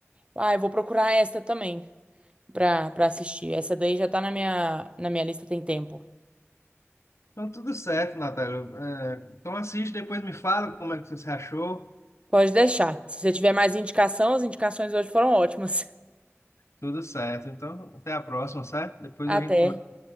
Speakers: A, on the right; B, on the left.
A: Ah, eu vou procurar esta também. pra, pra assistir. Essa daí já tá na minha, na minha lista tem tempo.
B: Então tudo certo, Natália. É, então assiste, depois me fala como é que você achou.
A: Pode deixar. Se você tiver mais indicação, as indicações hoje foram ótimas.
B: Tudo certo. Então até a próxima, certo? Depois
A: <laughs>
B: a
A: Até.
B: gente conversa.